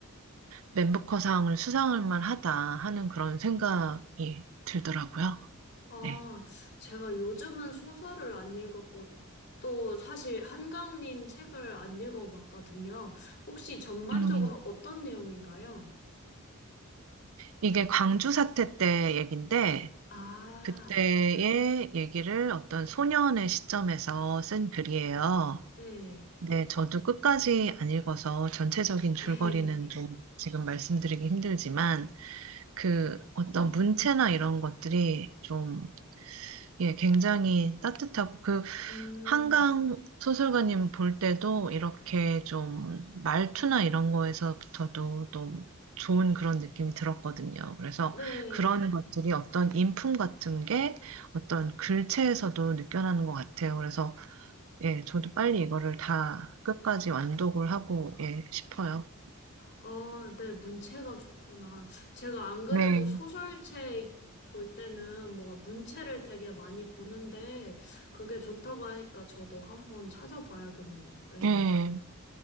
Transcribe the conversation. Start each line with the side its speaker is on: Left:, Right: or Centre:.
Right: 맨부커상을 수상할 만하다 하는 그런 생각이 들더라고요.
Left: 아,
Right: 네.
Left: 제가 요즘은 소설을 안 읽었고, 또 사실 한강님 책을 안 읽어봤거든요. 혹시 전반적으로
Right: 음,
Left: 어떤 내용인가요?
Right: 이게 광주 사태 때 얘긴데
Left: 아,
Right: 그때의 얘기를 어떤 소년의 시점에서 쓴 글이에요.
Left: 네,
Right: 네, 저도 끝까지 안 읽어서 전체적인 줄거리는
Left: <laughs> 네.
Right: 좀 지금 말씀드리기 힘들지만 그 어떤 문체나 이런 것들이 좀 예, 굉장히 따뜻하고 그
Left: 음,
Right: 한강 소설가님 볼 때도 이렇게 좀 말투나 이런 거에서부터도 또 좋은 그런 느낌이 들었거든요. 그래서
Left: 네.
Right: 그런 것들이 어떤 인품 같은 게 어떤 글체에서도 느껴나는 것 같아요. 그래서 예, 저도 빨리 이거를 다 끝까지 완독을 하고 예, 싶어요.
Left: 아, 네, 문체가 좋구나. 제가 안 그래도
Right: 네.
Left: 소설책 볼 때는 뭔가 문체를 되게 많이 보는데, 그게 좋다고 하니까 저도 한번 찾아봐야겠네요. 네.
Right: 예.